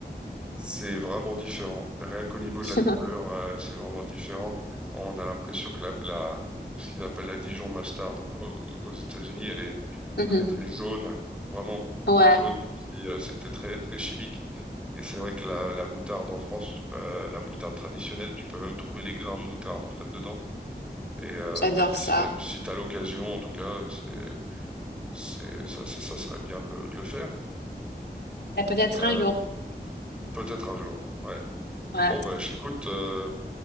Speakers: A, in the centre; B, on the left (about 70°).
A: C'est vraiment différent. Rien qu'au niveau de
B: <laughs>
A: la couleur, euh, c'est vraiment différent. On a l'impression que la, la- ce qu'ils appellent la Dijon mustard au- aux États-Unis, elle est
B: Mhm.
A: très très jaune, vraiment
B: Ouais,
A: jaune comme si euh, c'était très très chimique. Et c'est vrai que la, la moutarde en France, euh, la moutarde traditionnelle, tu peux même trouver les grains de moutarde en fait dedans. Et euh,
B: j'adore
A: eh ben,
B: ça.
A: si t'as, si t'as l'occasion, en tout cas, c'est, c'est, ça, ça, ça serait bien de le, de le faire.
B: Et peut-être
A: Euh,
B: un jour.
A: peut-être un jour. Ouais.
B: Ouais.
A: Bon, bah, j- écoute, euh,